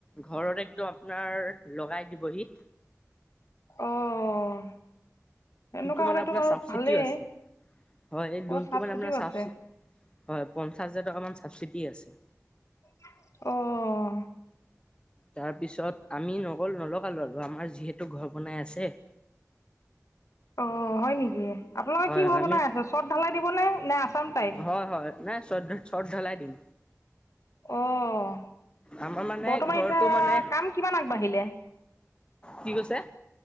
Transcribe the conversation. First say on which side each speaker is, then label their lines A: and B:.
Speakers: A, on the left; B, on the left.
A: ঘৰত একদম আপোনাৰ লগাই দিবহি।
B: অ'। এনেকুৱা
A: টো মানে
B: হ'লেতো
A: আপোনাৰ
B: বাৰু
A: চাবচিডি
B: ভালেই
A: আছে, হয় এই লোনটো
B: অ' চাবচিটিও
A: মানে আপোনাৰ চাবচি
B: আছে
A: হয়, পঞ্চাছ হাজাৰ টকামান চাবচিটিয়ে আছে।
B: অ'।
A: তাৰপিছত আমি নগলো নলগালো আৰু আমাৰ যিহেতু ঘৰ বনাই আছে
B: অ হয় নেকি আপোনালোকৰ
A: হয়
B: কি
A: হয়
B: ঘৰ
A: আমি
B: বনাই আছে চট ঢালাই দিবনে নে আছাম টাইপ
A: হয় হয় নাই চট চট ঢেলাই দিম
B: অ'
A: আমাৰ মানে
B: বৰ্তমান
A: ঘৰটো
B: এতিয়া
A: মানে
B: কাম কিমান আগবাঢ়িলে?
A: কি কৈছে